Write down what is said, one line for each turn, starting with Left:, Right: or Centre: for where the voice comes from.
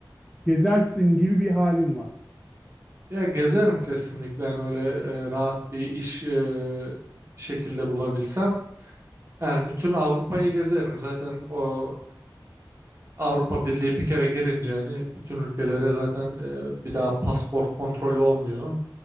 Centre: Gezersin gibi bir halim var.
Right: ya gezerim kesinlikle yani öyle eee, rahat bir iş eee, şekilde bulabilsem. Yani bütün Avrupa'yı gezerim zaten o Avrupa Birliği bir kere girince hani bütün ülkelere zaten e, bir daha pasport kontrolü olmuyor.